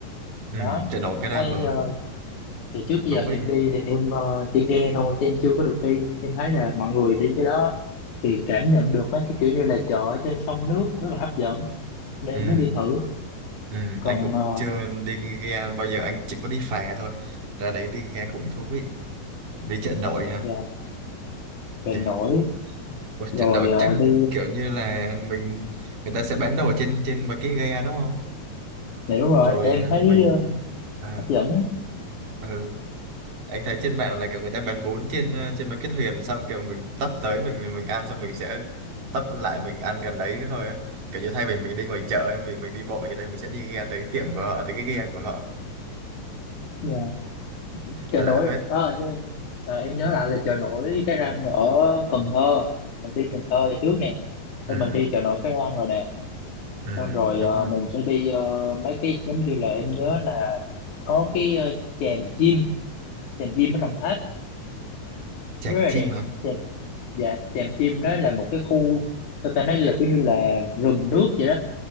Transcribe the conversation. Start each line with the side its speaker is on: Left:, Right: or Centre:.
Right: ừ,
Left: đó
Right: trên nổi
Left: em
Right: cái đang
Left: thấy
Right: ở
Left: ờ, thì trước giờ
Right: thú
Left: em
Right: vị
Left: đi thì em ờ, chỉ nghe thôi chứ em chưa có được đi em thấy là mọi người đi cái đó thì cảm nhận được mấy cái kiểu như là chợ ở trên sông nước rất là hấp dẫn nên
Right: ừ,
Left: em muốn đi thử
Right: ừ,
Left: còn
Right: anh cũng
Left: ờ,
Right: chưa đi ghe bao giờ anh chỉ có đi phà thôi ra đấy đi ghe cũng thú vị đi chợ nổi ha
Left: dạ, chợ
Right: chà
Left: nổi
Right: Ôi,
Left: rồi
Right: chợ nổi
Left: ờ,
Right: chắc
Left: đi
Right: kiểu như là mình người ta sẽ bán đồ trên trên mấy cái ghe đúng không
Left: dạ đúng rồi
Right: rồi
Left: em thấy
Right: mình
Left: ờ,
Right: à,
Left: hấp dẫn
Right: ừ. anh thấy trên mạng là kiểu người ta bán bún trên ờ, trên mấy cái thuyền xong kiểu mình tấp tới mình mình ăn xong mình sẽ tấp lại mình ăn gần đấy thôi á kiểu như thay vì mình đi ngoài chợ ấy, mình mình đi bộ thì đây mình sẽ đi ghe tới tiệm của họ tới cái ghe của họ
Left: dạ. chợ
Right: lạ
Left: nổi
Right: phết
Left: đó em, ờ, em nhớ lại là chợ nổi cái răng ở Cần Thơ mình đi Cần Thơ giờ trước nè
Right: ừ
Left: Thì mình đi chợ nổi cái răng rồi nè
Right: ừ
Left: xong rồi
Right: đúng
Left: ờ,
Right: rồi
Left: mình sẽ đi ờ, mấy cái giống như là em nhớ là có cái ờ, chèm chim chèm chim ở Đồng Tháp
Right: Tràng
Left: rất là
Right: chim
Left: đẹp
Right: hả
Left: chèm dạ chèm chim đó là một cái khu sao ta nói là kiểu như là rừng nước vậy đó